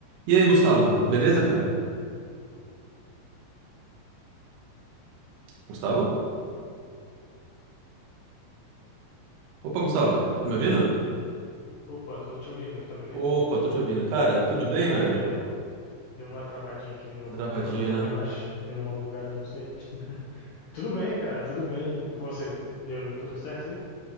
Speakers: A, on the right (about 75°); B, on the left (about 75°).
A: E aí, Gustavo? Beleza, cara? Gustavo? Opa, Gustavo,
B: É,
A: tá me ouvindo?
B: Opa, tô te ouvindo, tá me ouvindo?
A: Opa, tô te ouvindo. Cara, tudo bem,
B: Ah,
A: velho?
B: perdão, deu uma travadinha aqui no meu
A: Travadinha,
B: microfone,
A: né?
B: eu acho. Deu uma bugada, não sei. Tudo bem, cara, tudo bem. E com você? Deu tudo certo aí?